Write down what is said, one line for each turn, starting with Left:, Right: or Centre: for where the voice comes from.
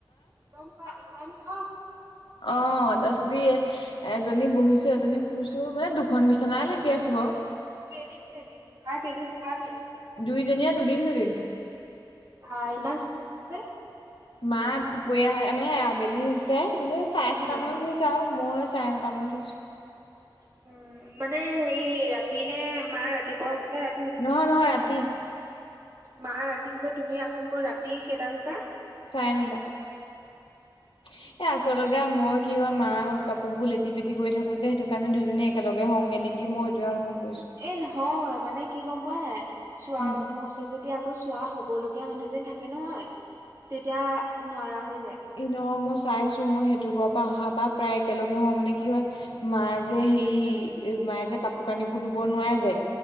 Right: গম পা <unintelligible>
Left: অ', তাৰপিছত এই এজনী বহিছো, এজনী শুইছো, মানে দুখন বিচনাই লেতিয়াইছো বাৰু।
Right: কেইদিন কেইদিন, মাৰ কেইদিন তোমাৰ কেইদিন?
Left: দুইজনীয়ে দুদিন দুদিন।
Right: বা, ইমান জোখত হৈছানে?
Left: মা দুপৰীয়া মানে আবেলি হৈছে মানে চাৰে
Right: উম
Left: ছটা মানত হৈছে আৰু, মই চাৰে নটা মানত হৈছো।
Right: উম, মানে হেৰি ৰাতি নে মা ৰাতিপুৱা হৈছেনে ৰাতি হৈছে?
Left: নহয় নহয় ৰাতি
Right: মা ৰাতি হৈছে, তুমি আকৌ মোৰ ৰাতি কেইটাত হৈছা?
Left: চাৰে নটা, এ আচ চলতে মই কি কৰোঁ, মাৰ কাপোৰবোৰ লেটি পেটি কৰি থাকোঁ যে, সেইটো কাৰণে দুই জনী একেলগে হওঁগে নেকি, মোৰ সেইটোহে অনুমান কৰিছো
Right: এ নহয়, মানে কি গম পোৱা নাই, চুৱা
Left: হে
Right: মানুহৰ ওচৰত যদি আক আকৌ চুৱা হ'বলগীয়া মানুহএজনী থাকে নহয়, তেতিয়া নোৱাৰা হৈ যায়।
Left: <unintelligible> চাইছোঁ, মই সেইটো ঘৰৰ পৰা অহাৰ পৰা প্ৰায় একেলগে হওঁ, মানে কি হয় মা যে হেৰি মায়ে যে কাপোৰ কানিবোৰ ধুব নোৱাৰে যে,